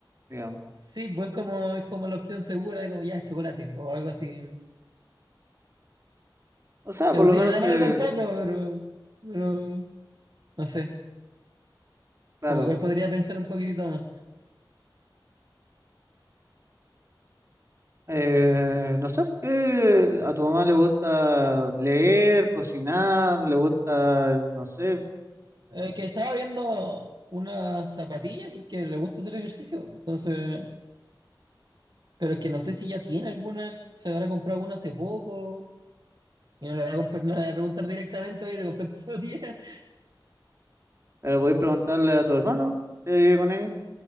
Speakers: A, on the right; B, on the right.
A: digamos.
B: Sí, pues como, es como la opción segura de como ya, chocolate o algo así.
A: O sea,
B: Que
A: por
B: no
A: lo
B: tiene
A: menos
B: nada
A: te,
B: malo tampoco, pero... Pero... No sé,
A: claro,
B: como que igual podría pensar un poquitito más.
A: eh, no sé por qué a tu mamá le gusta leer, cocinar, le gusta, no sé,
B: Eh, que
A: eh,
B: estaba viendo una zapatilla porque le gusta hacer ejercicio. Entonces, pero es que no sé si ya tiene alguna, se habrá comprado una hace poco. Y no le voy a, comprar- no le voy a preguntar directamente, oye, ¿te compraste zapatilla? <laughs>
A: pero podéis preguntarle a tu hermano que vive con ella,